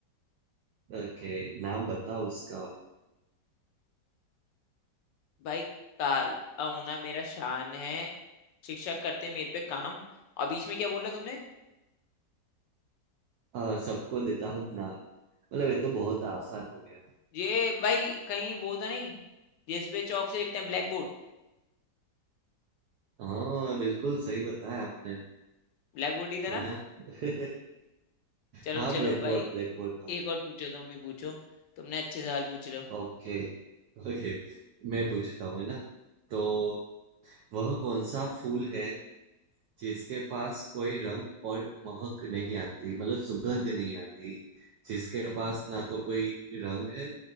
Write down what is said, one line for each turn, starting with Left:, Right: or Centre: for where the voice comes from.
Right: ओके नाम बताओ उसका आप।
Left: भाई काला होना मेरा शान है शिक्षक करते मेरे पे काम और बीच में क्या बोला तुमने
Right: हाँ, सबको देता हूँ ज्ञान मतलब ये तो बहुत आसान हो गया
Left: ये भाई कहीं वो तो नहीं जिसपे चौक से लिखते हैं ब्लैक बोर्ड
Right: हाँ बिल्कुल सही बताया आपने
Left: ब्लैक बोर्ड ही था
Right: है
Left: ना
Right: ना <laughs>
Left: चलो
Right: हाँ
Left: चलो
Right: ब्लैक
Left: भाई
Right: बोर्ड ब्लैक बोर्ड हाँ
Left: एक और पूछो तुम ही पूछो तुमने अच्छे सवाल पूछ रहे हो
Right: ओके ओके मैं पूछता हूँ है ना तो वह कौन सा फूल है जिसके पास कोई रंग और महक नहीं आती मतलब सुगंध नहीं आती जिसके पास ना तो कोई रंग है